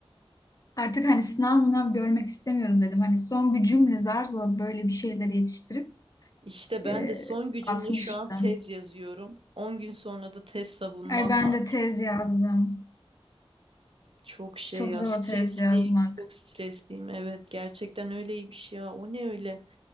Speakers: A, on the left (about 35°); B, on the right (about 60°).
A: Artık hani sınav mınav görmek istemiyorum dedim. Hani son gücümle zar zor böyle bir şeyleri yetiştirip
B: İşte ben
A: e,
B: de son gücümle
A: atmıştım.
B: şu an tez yazıyorum. 10 gün sonra da tez savunmam
A: Ay ben
B: var.
A: de tez yazdım.
B: Çok şey
A: Çok
B: ya
A: zor
B: stresliyim.
A: tez yazmak.
B: Çok stresliyim. Evet gerçekten öyleymiş ya. O ne öyle?